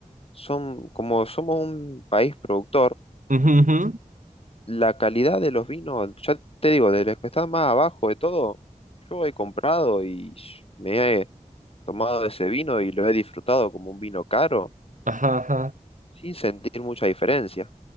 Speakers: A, on the left; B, on the right.
A: son, como somos un país productor,
B: ujú, ujú.
A: la calidad de los vinos, ya te digo, de los que están más abajo de todo, yo he comprado y me he tomado ese vino y lo he disfrutado como un vino caro
B: Ajá, ajá.
A: sin sentir mucha diferencia,